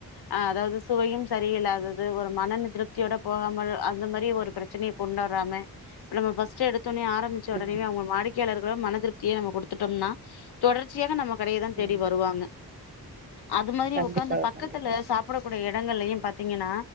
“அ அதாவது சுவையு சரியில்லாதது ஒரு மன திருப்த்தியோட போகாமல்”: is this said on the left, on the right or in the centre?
Left